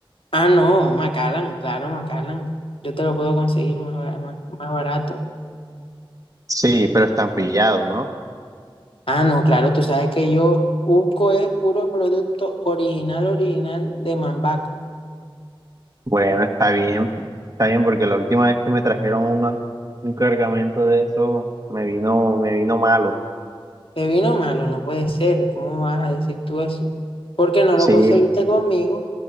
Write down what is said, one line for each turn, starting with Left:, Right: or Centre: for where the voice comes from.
Left: Ah, no, Macallan, claro, Macallan. Yo te lo puedo conseguir más, ba- más, más barato.
Right: Sí, pero estampillado, ¿no?
Left: Ah, no, claro, tú sabes que yo busco es puro producto original, original de Mambaco.
Right: Bueno, está bien, está bien porque la última vez que me trajeron una, un cargamento de eso me vino, me vino malo.
Left: Te vino malo, no puede ser. ¿Cómo vas a decir tú eso? Porque no
Right: Sí,
Left: lo conseguiste conmigo.